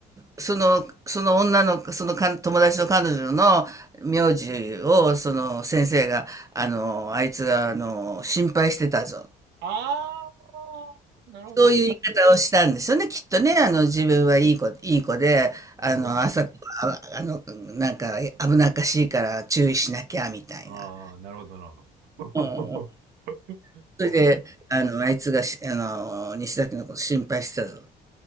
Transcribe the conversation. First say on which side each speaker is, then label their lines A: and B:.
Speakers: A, on the right; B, on the right.
A: そその、その女の、そのか友達の彼女の名字を、その先生が、あのあいつが、あの心配してたぞ。
B: ああ、なるほど。
A: そういう言い方をしたんですよね、きっとね。あの、自分はいい子、いい子で、あの、
B: なるほど。
A: 朝から、ああの、なんか危なっかしいから注意しなきゃ、みたいな。
B: ああ、なるほど、なるほど。
A: うんうん。
B: <laughs>
A: それで、あの、あいつがし、あの、西崎のこと心配してたぞ。